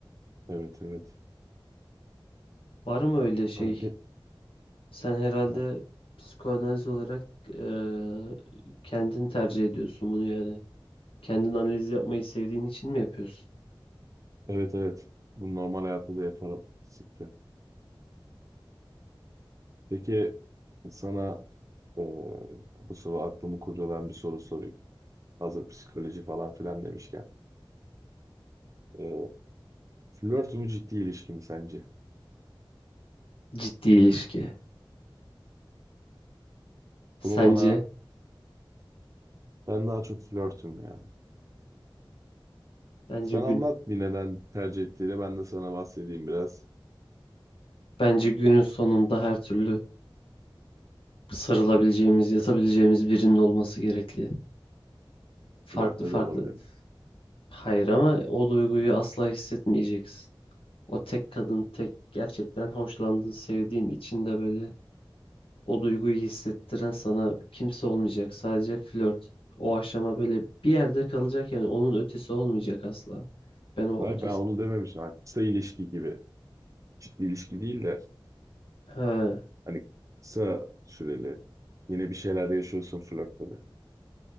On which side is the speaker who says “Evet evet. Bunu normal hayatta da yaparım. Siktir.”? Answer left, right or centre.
Right